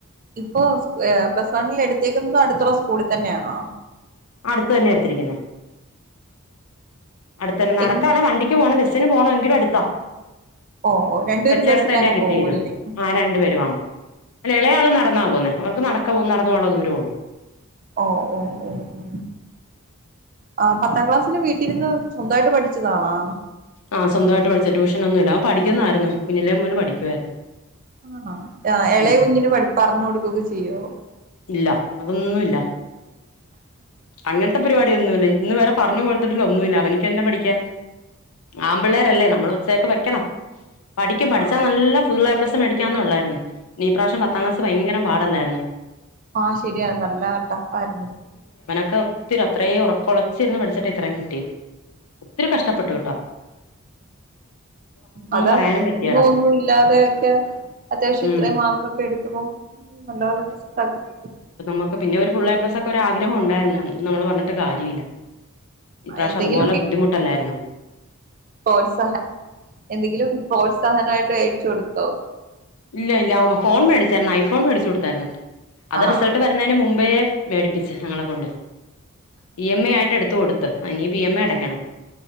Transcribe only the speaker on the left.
അടുത്ത്തന്നെ എടുത്തിരിക്കുന്നെ അടുത്തന്നെ നടക്കാളെ
വണ്ടിക്ക്‌ പോണം ബസ്സ് സ്സിന് പോണം എങ്കിലും അടുത്താ
വെച്ചട്ത്തന്നെയാ
കിട്ടിയതും
ആ രണ്ടു പേരും ആ അല്ല എളെയാള് നടന്നാ പോകുന്നേ. ഓൽക്ക് നടക്ക പോകും നടന്ന്പോണ ദൂരോള്ളു.
ആഹ് സ്വന്തവായിട്ട് പഠിച്ചതാ ട്യൂഷനൊന്നുല്ലാ അവൻപഠിക്കുന്നായിര്ന്നു. കുഞ്ഞിലേ മുലെ പഠിക്കുവായിരുന്നു.
ഉം
ഇല്ല അതൊന്നുമില്ല അങ്ങനത്തെ പരിപാടിയൊന്നുമില്ല ഇന്ന് വരെ പർഞ്ഞുംകൊടുത്തിട്ടില്ല ഒന്നുല്ല അവനിക്കെന്നെ പഠിക്കാൻ ആമ്പിള്ളേരല്ലേ നമ്മള് സേക്ക് വെക്കണം. പഠിക്കും പഠിച്ചാ
നല്ല ഫുള്ളേപ്ലസ് ത്തനടിക്കാന്നൊള്ളേര്ന്നു. നീപ്രാശം പത്താംക്ലാസ് ഭയ്ങ്കരം പാടല്ലായിരര്ന്നോ
ക്ക ഒത്തിരി അത്രേം ഉറക്കൊളച്ചിര്ന്ന് പഠിച്ചിട്ടിത്രേം കിട്ടേത് ത്തിരി കഷ്ട്ടപ്പെട്ടുട്ടോ
പറയാനും പറ്റിയേല
ഉം
മക്ക് പിന്നെ ഒരു ഫുള്ളെപ്ലസ് ഒക്കെ ഒരു ആഗ്രഹം ഉണ്ടായിര്ന്ന് നമ്മള് പർഞ്ഞിട്ട് കാര്യേല്ല ഇപ്രാശ്യം
അതുപോലെ ബുദ്ധിമുട്ടല്ലാര്ന്നൊ
ഇല്ല ഇല്ല ഫോൺ മേടിച്ചാരുന്നു ഐഫോൺ മേടിച്ച് കൊടുത്താരുന്നു അത്
റിസൾട്ട് വരുന്നതിന് മു <unintelligible> മേടി പ്പിച്ച് ഞങ്ങളെ കൊണ്ട് ഇ എം ഐ ആയിട്ട് എടുത്ത കൊടു ത്ത് അയിനിപ്പ ഇ എം ഐ അടക്കണം